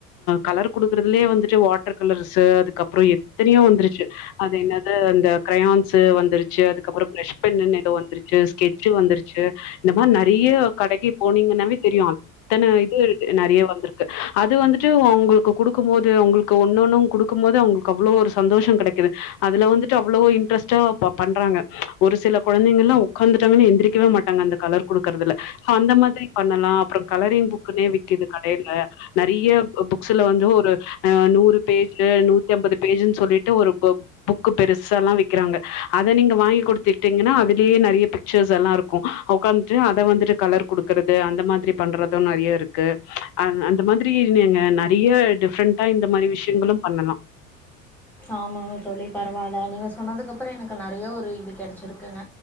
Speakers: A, on the left (about 45°); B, in the centre.
A: கலர் அ குடுக்கற்துலே வந்துட்டு வாட்டர் கலர்ஸ்ஸி அது கப்புறோ எத்தினியோ வந்துருச்சு அது என்னது அந்த கிரையான்ஸ் ஸு வந்துருச்சு அதுக்கப்பற ப்ரஷ் பென்னுன் எதோ வந்துருச்சு ஸ்கெட்சு வந்துருச்சு இந்த மார் நறிய கடைக்கு போனீங்கன்னாவே தெரியு அத்தன இருக்கு அ நறைய வந்திருக்கு அது வந்துட்டு அவங்களுக்கு கொடுக்கும் போது அவுங்களுக்கு ஒன்னு ஒன்னு அவுங் கொடுக்கும் போது அவுங்ளுக் அவ்வளோ ஒரு சந்தோஷம் கெடைக்குது அதுல வந்துட்டு அவ்வளவோ இன்ட்ரெஸ்ட்டா பண்றாங்க ஒரு சில கொழந்தைங்கலாம் உக்காந்துட்டாங்கன்னா எந்திரிக்கவே மாட்டாங்க அந்த கலர் கொடுக்கறதுல அந்த மாதிரி பண்ணலாம் அப்புறம் கலரிங் புக் க்குனே விக்குது கடையில நெறைய புக்ஸ்ல வந்து ஒரு அ நூறு பேஜ் நூத்தி ஐம்பது பேஜ்ன்னு சொல்லிட்டு ஒரு ப புக்கு பெருசா எல்லாம் விக்கிறாங்க அத நீங்க வாங்கி கொடுத்துட்டீங்கன்னா அதுலேயே நெறைய பி க்க்ஷர்ஸ் எல்லாம் இருக்கும் உக்காந்துட்டு அத வந்துட்டு கலர் கொடுக்கறது அந்த மாதிரி பண்றதும் நெறைய இருக்கு அ அந்த மாதிரி நெறைய டிஃப்ரெண்டா இந்த மாதிரி விஷயங்களும் பண்ணலாம்
B: ஆமாம்ங்க தோழி பரவால்ல நீங்க சொன்னதுக்கப்புறம் எனக்கு நெறையா ஒரு இது கெடச்சிருக்குங்க